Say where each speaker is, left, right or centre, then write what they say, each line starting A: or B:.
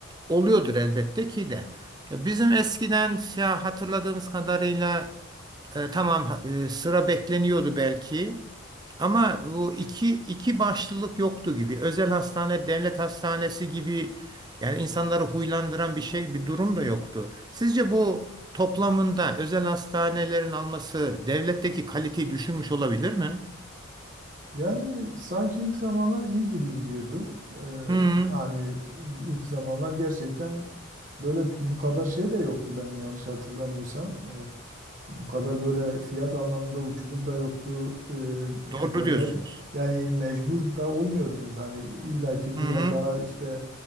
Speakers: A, on the right (about 20°); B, on the right (about 40°).
A: oluyordur elbette ki de. Ya Bizim eskiden şey hatırladığımız kadarıyla E, tamam e, sıra bekleniyordu belki ama bu iki, iki başlılık yoktu gibi. Özel hastane, devlet hastanesi gibi yani insanları huylandıran bir şey, bir durum da yoktu. Sizce bu toplamında özel hastanelerin alması devletteki kaliteyi düşürmüş olabilir mi?
B: Yani sanki ilk zamanlar iyi gibi gidiyordu. Ee,
A: Hı,
B: hani ilk zamanlar gerçekten böyle bu kadar şey de yoktu benim yanlış hatırlamıyorsam. Ee, bu kadar böyle fiyat anlamında uçurum da yoktu. Ee,
A: doğru
B: yani devlet
A: diyorsunuz.
B: yani mecbur da olmuyordunuz. Hani illaki
A: Hı
B: biraz
A: hı,
B: daha işte